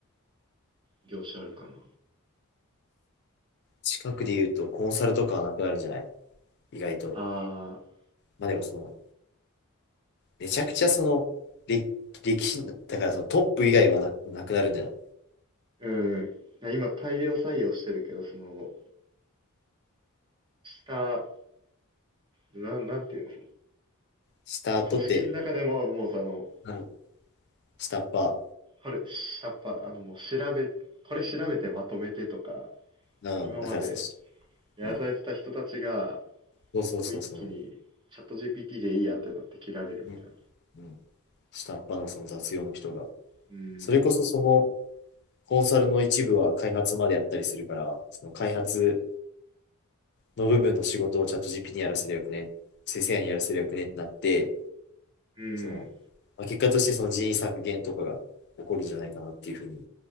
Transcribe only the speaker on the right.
業種あるかな。
ああ、
うん。今大量採用してるけど、その、下、なん、なんていうの、
その組織の中でも、もうあの、
これ、下っ端、あの、もう調べ、これ調べてまとめてとか、
今まで
やらされてた人たちが、
もう一気にチャット GPT でいいやんってなって切られるみたい
な。
うん。
うん。